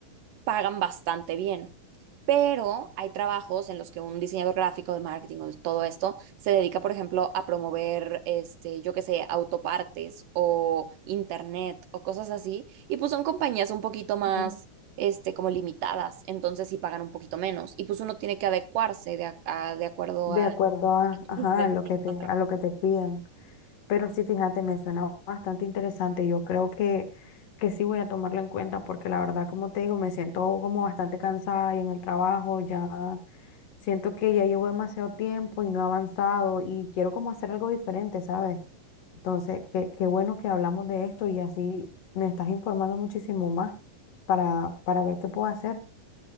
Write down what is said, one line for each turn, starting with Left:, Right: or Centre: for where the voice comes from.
Right: pagan bastante bien. Pero hay trabajos en los que un diseñador gráfico de marketing o de todo esto se dedica, por ejemplo, a promover, este, yo qué sé, autopartes o internet o cosas así. Y pues son compañías un poquito más,
Left: ujú.
Right: este, como limitadas. Entonces sí pagan un poquito menos. Y pues uno tiene que adecuarse de, a- a- de acuerdo
Left: De
Right: al
Left: acuerdo a, Ajá,
Right: grupo al
Left: a lo
Right: que
Left: que
Right: está
Left: te,
Right: trabajando.
Left: a lo que te pidan. Pero sí, fíjate, me suena bastante interesante. Yo creo que, que sí voy a tomarlo en cuenta porque la verdad, como te digo, me siento como bastante cansada y en el trabajo ya siento que ya llevo demasiado tiempo y no he avanzado y quiero como hacer algo diferente, ¿sabes? Entonces, qué, qué bueno que hablamos de esto y así me estás informando muchísimo más para, para ver qué puedo hacer.